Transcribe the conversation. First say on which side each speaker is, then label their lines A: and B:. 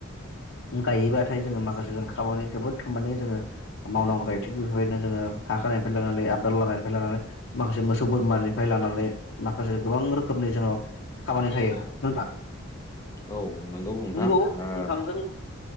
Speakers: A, on the left; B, on the left.
A: गायोबाथाय जोङो माखासे जोङो खामानि जोबोद खामानि जोङो मावनांगौ जायो थिग बेफोरबायदि बिदिनो जोङो हाखोनायनिफ्राय लानानै आबदाल लानायनिफ्राय लानानै माखासे मोसौ बोरमानिफ्राय लानानै माखासे गोबां रोखोमनि जोंङो खामानि थायो नोंथां।
B: औ नोंथां
A: नंगौ
B: ओ
A: नोंथांजों‌।